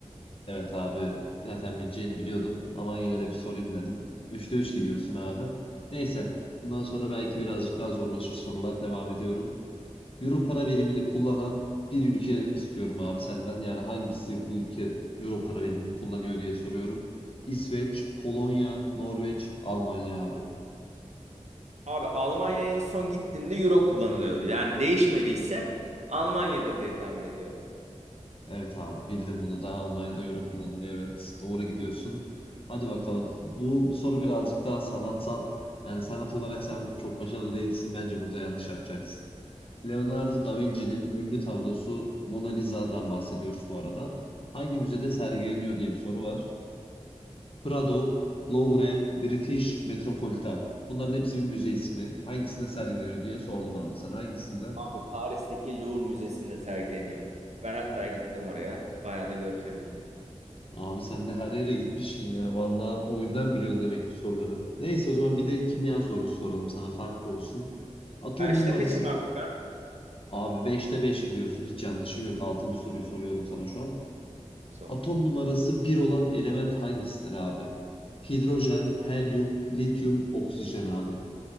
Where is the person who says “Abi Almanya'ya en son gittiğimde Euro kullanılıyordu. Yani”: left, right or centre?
Right